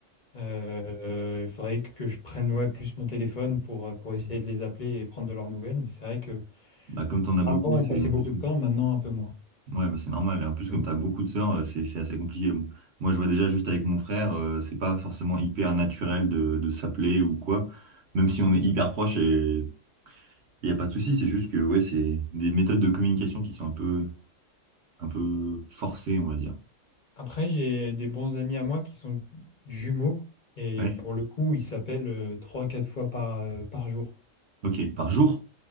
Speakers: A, on the left; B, on the right.
A: Euh, il faudrait que je prenne ouais, plus mon téléphone pour, euh, pour essayer de les appeler et prendre de leurs nouvelles. Mais c'est vrai que
B: Bah, comme t'en as beaucoup,
A: avant
B: c'est
A: on passait
B: en
A: beaucoup
B: plus...
A: de temps, maintenant un peu moins.
B: ouais, bah, c'est normal. Et en plus,
A: Oui.
B: comme t'as beaucoup de sœurs, euh, c'est c'est assez compliqué. Bon, Moi, je vois déjà juste avec mon frère, euh, c'est pas forcément hyper naturel de, de s'appeler ou quoi. Même si on est hyper proche et il y a pas de souci, c'est juste que ouais, c'est des méthodes de communication qui sont un peu un peu forcées, on va dire.
A: Après, j'ai des bons amis à moi qui sont jumeaux et
B: Ouais.
A: pour le coup, ils s'appellent euh, trois quatre fois par, euh, par jour.
B: Ok. Par jour?